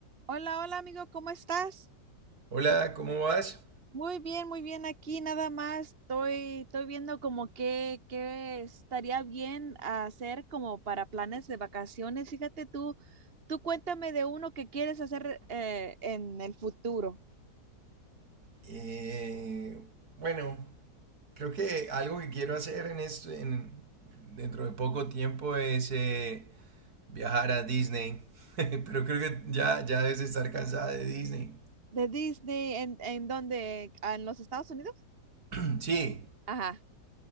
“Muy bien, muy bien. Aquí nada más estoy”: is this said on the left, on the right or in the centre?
Right